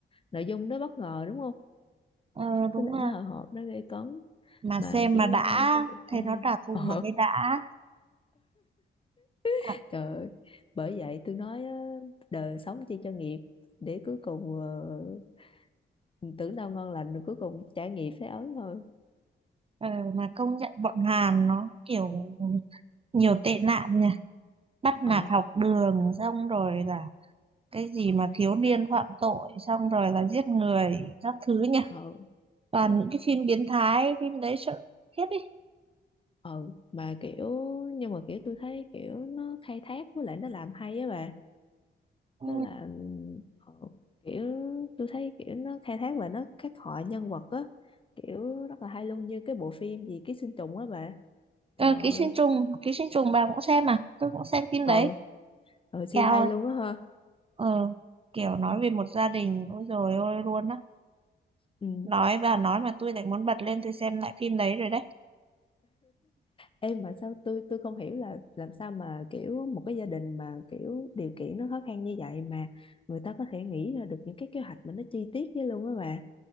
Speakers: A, on the left; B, on the right.
A: nội dung nó bất ngờ đúng không
B: ờ, đúng
A: với lại
B: là
A: nó hồi hộp nó gây cấn
B: mà
A: mà
B: xem
A: diễn
B: mà đã
A: viên nam cũng đẹp
B: thấy
A: trai
B: nó trả thù
A: ờ
B: mà thấy đã à,
A: <laughs> trời ơi. bởi vậy tôi nói á, đời sống chi cho nghiệp để cuối cùng ờ, Mình tưởng đâu ngon lành rồi cuối cùng trải nghiệm thấy ớn thôi
B: Ờ, mà công nhận bọn Hàn nó kiểu nhiều tệ nạn nhỉ bắt nạt
A: ừ
B: học đường xong rồi là cái gì mà thiếu niên phạm tội xong rồi là giết người các thứ nhỉ
A: ừ
B: toàn
A: ừ
B: những cái phim biến thái phim đấy sợ khiếp đi
A: ừ mà kiểu nhưng mà kiểu tôi thấy kiểu nó khai thác với lại nó làm hay á bà
B: ừ.
A: tức là ừ, kiểu tôi thấy kiểu nó khai thác và nó khắc họa nhân vật á kiểu rất là hay luôn như cái bộ phim gì ký sinh trùng á bà
B: ờ,
A: trời ơi
B: ký sinh trùng ký sinh trùng bà cũng xem à tôi cũng xem phim đấy
A: ừ, ừ siêu
B: cao
A: hay
B: ơi
A: luôn á ha
B: ờ, kiểu nói về một gia đình ôi rồi ôi luôn á
A: ừ
B: nói bà nói mà tôi lại muốn bật lên tôi xem lại phim đấy rồi đấy
A: Em mà sao tôi tôi không hiểu là làm sao mà kiểu một cái gia đình mà kiểu điều kiện nó khó khăn như vậy mà người ta có thể nghĩ ra được những cái kế hoạch mà nó chi tiết với luôn á bà.